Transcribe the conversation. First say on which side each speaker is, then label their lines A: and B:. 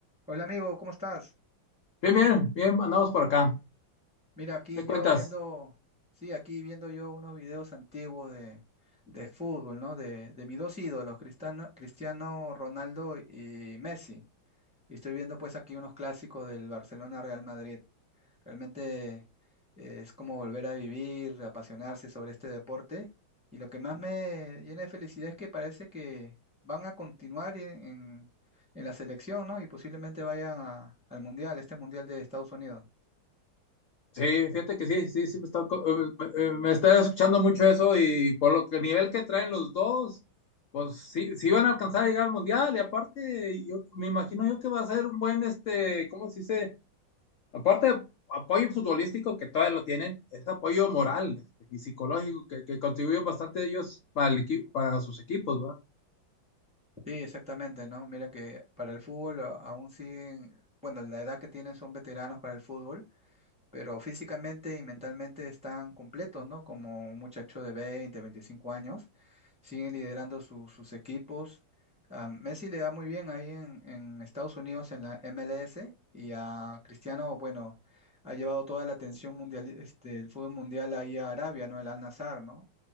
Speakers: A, in the centre; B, on the left.
A: Hola amigo, ¿cómo estás?
B: Bien, bien, bien, andamos por acá.
A: Mira, aquí
B: ¿Qué
A: yo
B: cuentas?
A: viendo, sí, aquí viendo yo unos videos antiguos de, de fútbol, ¿no? De, de mis dos ídolos, Cristiano, Cristiano Ronaldo y Messi. Y estoy viendo pues aquí unos clásicos del Barcelona-Real Madrid. Realmente eh, es como volver a vivir, apasionarse sobre este deporte. Y lo que más me llena de felicidad es que parece que van a continuar en, en- en la selección, ¿no? Y posiblemente vayan a- al Mundial, este Mundial de Estados Unidos.
B: Sí, fíjate que sí, sí, sí, me está, co- eh, me, eh, me está escuchando mucho eso y por lo que el nivel que traen los dos, pues sí, sí van a alcanzar a llegar al mundial y aparte, yo me imagino yo que va a ser un buen, este, ¿cómo se dice? Aparte de apoyo futbolístico que todavía lo tienen, es apoyo moral este, y psicológico que, que contribuyen bastante ellos para, el equi- para sus equipos, ¿verdad?
A: Sí, exactamente, ¿no? Mira que para el fútbol a- aún siguen, bueno, la edad que tienen son veteranos para el fútbol, pero físicamente y mentalmente están completos, ¿no? Como un muchacho de 20, 25 años, siguen liderando su- sus equipos. A Messi le va muy bien ahí en, en Estados Unidos en la MLS y a Cristiano, bueno, ha llevado toda la atención mundial, este, el fútbol mundial ahí a Arabia, ¿no? El Al-Nassr, ¿no?